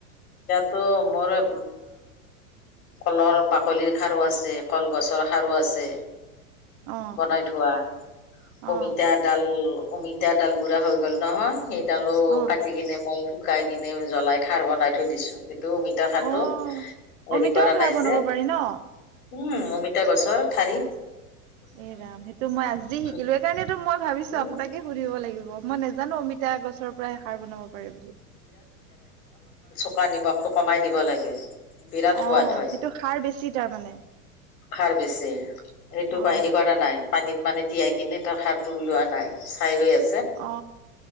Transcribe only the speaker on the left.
তো মোৰ এ কলৰ বাকলিৰ খাৰো আছে, কলগছৰ খাৰো আছে।
বনাই থোৱা
অমিতা ডাল অমিতা ডাল বুঢ়া হৈ গ'ল নহয় সেইডালো
কাটি কিনে মই, শুকাই কিনে জ্বলাই খাৰ বনাই থৈ দিছো। অমিতা খাৰটো
হেৰি
কৰা
নাই
যে
উম অমি তা গছৰ থাৰি
ধু-
উম,
খোৱা নিমখটো কমাই দিব লাগে। বিৰাট সোৱাদ
হয়
খাৰ বেছি, এইটো
বাহিৰি কৰা নাই। পানীত মানে তিয়াই কিনে তাৰ খাৰ টো ওলোৱা নাই, চাই হৈ আছে।